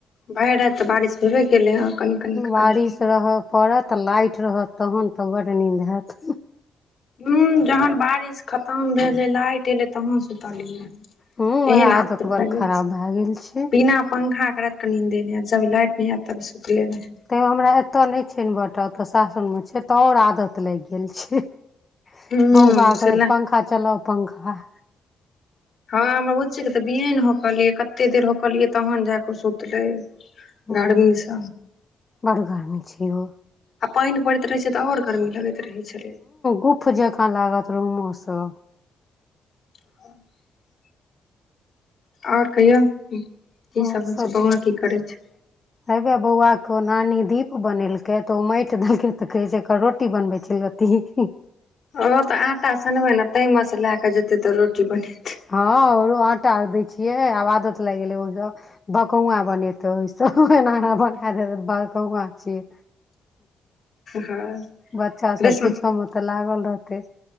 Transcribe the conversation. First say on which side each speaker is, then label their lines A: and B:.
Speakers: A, on the left; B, on the left.
A: भरि राति तऽ बारिश भेबे केलै हँ कनि कनि
B: बारिश
A: कनि
B: रहय पड़त लाइट रहत तहन तऽ बड नींद हेएत
A: ऊं जहन बारिश खतम भेलै लाइट एलै तहन सुतलियै हँ
B: हूँ उएह
A: एहन
B: आदत
A: आफद भ
B: बड़
A: गेल
B: खराब
A: छै
B: भए गेल छै
A: पिना पंखा क राइत क निंदेनै एत जाबे लाइट नै आयत ताबे सुतले नै हेएत
B: तैं मे हमरा एतय नै छै इनबौटर ओतय सासुर मे छै तऽ आओर आदत लागि गेल छै
A: हूं
B: बोआ कहबै
A: से
B: त
A: लाइ
B: पंखा चलाउ पंखा
A: हँ हमर बुच्ची के तऽ बिएन होकलियै कते देर होकलियै तहन जा कऽ सुतलै
B: हूँ
A: गर्मीस
B: बड़ गर्मी छै यो
A: आ पाइन पड़ैत रहै छै तऽ आओर गर्मी लगैत रहै छलै
B: गुफ जेकाँ लागत रूमो स
A: ह <unintelligible> आओर कहियौ की
B: आओर
A: सब
B: सभ
A: होइ छै बौआ
B: ठीक
A: की
B: य
A: करै छै
B: हेबे बौआ क नानी दीप बनेलकै तऽ ओ माटि देलकै तऽ कहै छै रोटी बनबै छेलिय हूं हूं
A: ओ तऽ आंटा सनबै ने तहि मे से लए क जेतै तऽ रोटी फनेबै
B: हँ ओरो आटा दै छियै आब आदत लाइग गेलै ओय भकौंआं बनेतै ओइस ओना बना देबै भकौंआं छियै
A: हँ
B: बच्चा सब
A: रेशमा
B: किछो मे तऽ लागल रहतै